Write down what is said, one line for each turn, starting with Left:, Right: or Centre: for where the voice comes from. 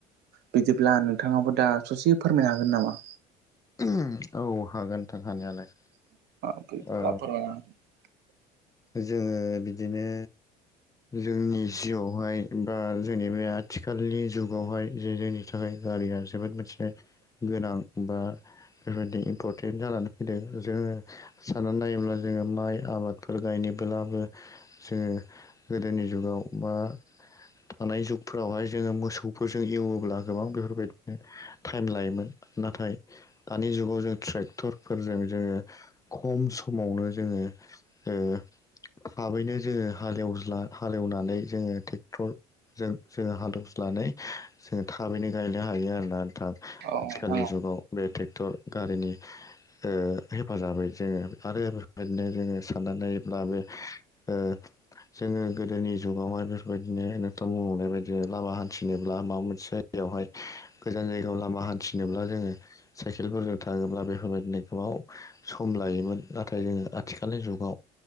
Right: बिदिब्ला नोंथाङाबो दा ससे फोरमायनो हागोन नामा?
Left: उम औ हागोन नोंथां हानायालाय।
Right: <inaudible>
Left: औ जोङो बिदिनो जोंनि जिउआवहाय बा जोंनि बे आथिखालनि जुगावहाय जे जोंनि थाखाय गारिया जोबोद मोनसे गोनां बा बेबायदि इम्परटेन्ट जानानै फैदों जोङो साननानै नायोब्ला जोङो माइ आबाद फोर गायनोब्लाबो जोङो गोदोनि जुगाव बा थानाय जुगफोरावहाय जोङो मोसौफोरजों एवोब्ला, गोबां बेफोरबायदिनो टाइम लायोमोन। नाथाय दानि जुगाव जों ट्रेक्टरफोरजों जोङो खम समावनो जोङो ओ थाबैनो जोङो हालेवज्ला हालेवनानै जोङो ट्रेक्टरजों जोङो हालेवनानै जोङो थाबैनो गायनो हायो आरोना नोंथां
Right: होदो औ
Left: आथिखालनि
Right: नोंथां औ
Left: जुगाव बे मटर गारिनि ओ हेफाजाबै जोङो आरो बेबायदिनो जोङो खानानै नायब्ला बे ओ जोङो गोदोनि जुगावहाय बेफोरबायदिनो नोंथां बुंहरनाय बायदि लामा हान्थिनोब्ला माबा मोनसे जायगायावहाय गोजान जायगायाव लामा लामा हान्थिनोब्ला जोङो साइकेलफोरजों थाङोब्ला बेफोरबायदिनो गोबाव सम लायोमोन नाथाय। नाथाय जोङो आथिखालनि जुगाव